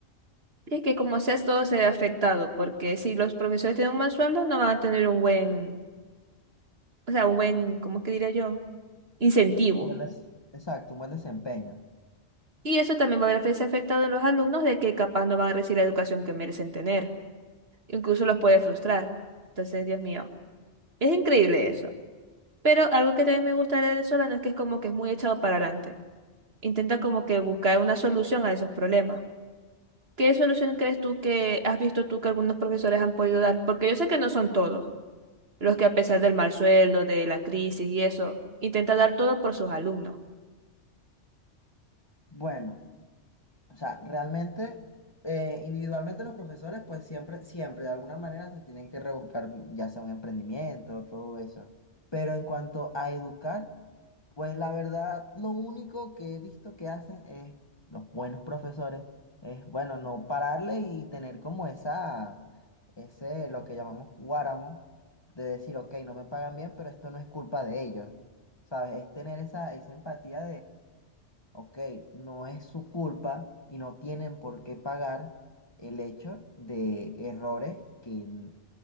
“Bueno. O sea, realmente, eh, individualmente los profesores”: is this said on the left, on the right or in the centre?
Left